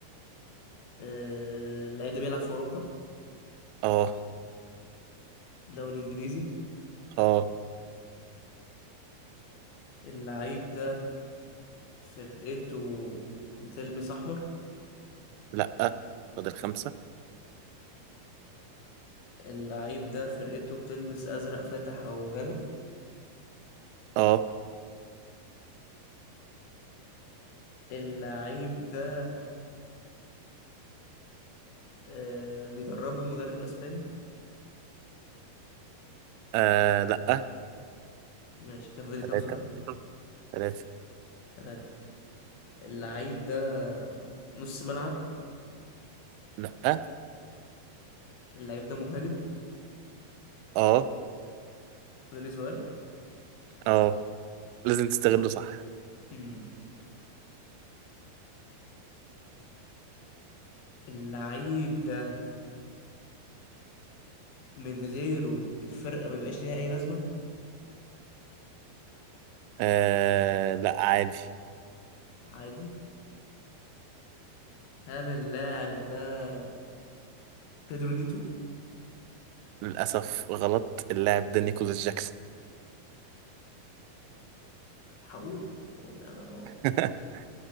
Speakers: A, on the left (about 70°); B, on the right (about 90°).
A: آه، اللعيب ده بيلعب في أوروبا
B: اه
A: دوري إنجليزي
B: اه
A: اللعيب ده فرقته بتلبس أحمر
B: لأ فاضل خمسة
A: اللعيب ده فرقته بتلبس أزرق فاتح أو غامق
B: اه
A: اللعيب ده آه بيدربه مدرب أسباني
B: آه لأ
A: ماشي كده فاضل لي كام
B: تلاتة
A: سؤال
B: تلاتة
A: ثلاثة اللعيب ده نص ملعب
B: لأ
A: اللعيب ده مهاجم
B: اه
A: فاضل لي سؤال
B: اه لازم تستغله صح
A: مم. اللعيب ده من غيره الفرقة ما يبقاش ليها أي لازمة
B: آه لا عادي
A: عادي هل اللاعب ده بيدرو نيتو؟
B: للأسف غلط اللاعب ده نيكولاس جاكسون
A: هقوله هو- أنا
B: <laughs>